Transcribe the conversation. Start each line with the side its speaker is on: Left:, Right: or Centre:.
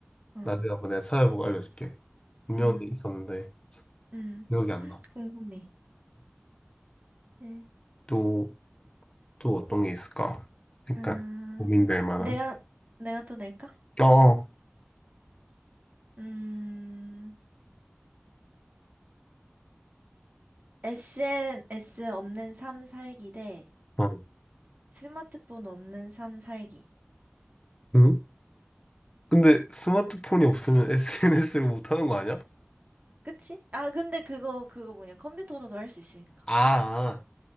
Right: 어,
Left: 나중에 한번 내가 찾아보고 알려줄게. 분명히
Right: 음.
Left: 있었는데
Right: 음,
Left: 기억이 안 나.
Right: 궁금해. 네.
Left: 또 또 어떤 게 있을까? 그러니까
Right: 음,
Left: 고민될 만한.
Right: 내가, 내가 또 낼까?
Left: 어, 어.
Right: 음, SNS 없는 삶 살기 대
Left: 어.
Right: 스마트폰 없는 삶 살기.
Left: 응? 근데 스마트폰이 없으면 <laughs> SNS를 못 하는 거 아니야?
Right: 그치? 아, 근데 그거, 그거 뭐냐. 컴퓨터로도 할 수 있으니까.
Left: 아,